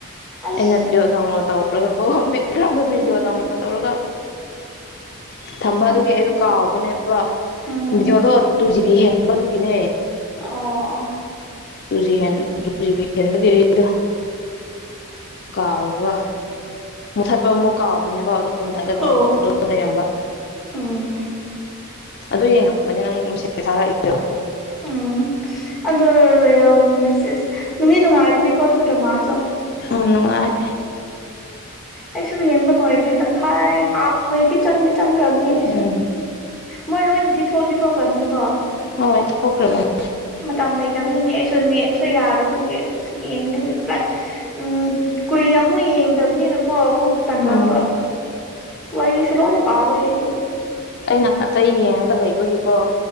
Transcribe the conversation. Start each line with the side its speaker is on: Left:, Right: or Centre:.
Centre: ꯑꯩꯁ
Left: ꯑꯩꯅ ꯚꯤꯗꯤꯑꯣ ꯗꯥꯎꯟꯂꯣꯗ ꯇꯧꯔꯒ ꯀ‌ꯣ ꯒ꯭ꯔꯥꯎꯝꯗ
Centre: ꯎꯝ
Left: ꯚꯤꯗꯤꯑꯣ ꯗꯥꯎꯟꯂꯣꯗ ꯇꯧꯔꯒꯥ ꯊꯝꯕꯥ
Centre: ꯌꯥꯝ
Left: ꯑꯗꯨꯒꯤ
Centre: ꯊꯨꯏꯅ
Left: ꯑꯩꯗꯣ ꯀꯥꯎꯕꯅꯦꯕ
Centre: ꯎꯝ
Left: ꯚꯗꯤꯑꯣꯗꯣ ꯇꯨ ꯖꯤꯕꯤ ꯍꯦꯟꯕꯗꯨꯒꯤꯅꯦ
Centre: ꯑꯣ
Left: ꯇꯎꯖꯤ ꯍ‌ꯦꯟ ꯟꯕ ꯀꯦꯗ ꯀꯥꯎꯔꯒ ꯃꯨꯊꯠꯄ ꯑꯃꯨꯛ ꯀꯥꯎꯕꯅꯦꯕ ꯑꯗꯣ ꯑꯗꯨꯝ ꯊꯥꯒꯠ
Centre: ꯑꯣ
Left: ꯂꯩꯔꯝꯕ
Centre: ꯎꯝ
Left: ꯑꯗꯨ ꯌꯦꯡꯉꯝꯕꯅꯦ ꯅꯪ ꯃꯤꯁ ꯆꯥꯔꯛꯏꯗꯣ
Centre: ꯎꯝ ꯑꯗꯨ ꯌꯥꯎꯅꯦ ꯃꯤꯁꯁ ꯅꯨꯃꯤꯠ ꯅꯨꯡꯉꯥꯏꯕꯅꯤꯀꯣ ꯑꯗꯨꯗ꯭ꯔ ꯃꯥꯥꯁꯨ
Left: ꯌꯥꯝ ꯅꯨꯡꯉꯥꯏꯦ
Centre: ꯑꯩꯁꯨ ꯌꯦꯡꯕ ꯂꯣꯏꯗ꯭ꯔꯤ ꯇꯪꯈꯥꯏ ꯍꯥꯐ ꯋꯦꯗꯤ ꯆꯪ ꯆꯪꯈ꯭ꯔꯕꯅꯤꯁꯨ
Left: ꯎꯝ
Centre: ꯃꯣꯏ ꯂꯣꯏꯅꯗꯤ ꯊꯣꯛꯗꯤ ꯊꯣꯛꯈ꯭ꯔꯕꯅꯤꯀꯣ
Left: ꯍꯣꯏ ꯊꯣꯛꯈ꯭ꯔꯕꯅꯤ
Centre: ꯃꯇꯝ ꯂꯩꯇꯕꯒꯤꯅꯦ ꯑꯁ ꯅꯦꯠꯁꯨ ꯌꯥꯗꯕꯒꯤ ꯌꯦꯡꯅꯤꯡꯉ ꯂꯥꯏ ꯎꯝ ꯀꯨꯏ ꯑꯃꯨꯛ ꯌꯦꯡꯗꯕꯅꯤꯅ ꯀꯨꯛ ꯇꯟ
Left: ꯎꯝ
Centre: ꯂꯄ ꯋꯥꯔꯤ ꯁꯂꯅ ꯀꯥꯎꯒ ꯍꯥꯏꯗꯤ
Left: ꯑꯩꯅ ꯑꯇꯩ ꯌꯦꯡꯉꯒ ꯂꯩꯕꯒꯤꯀꯣ